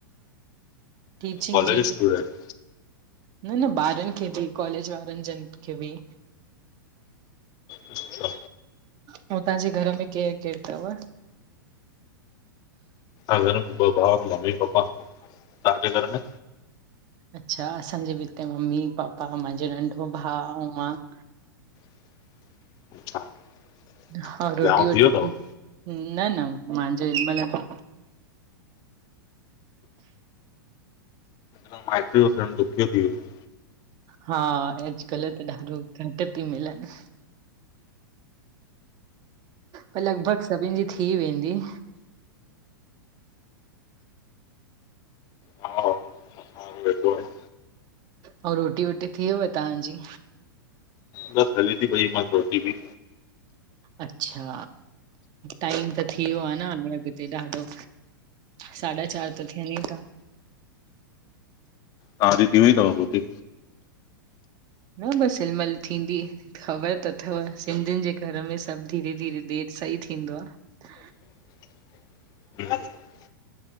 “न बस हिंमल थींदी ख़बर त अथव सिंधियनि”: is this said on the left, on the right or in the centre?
Right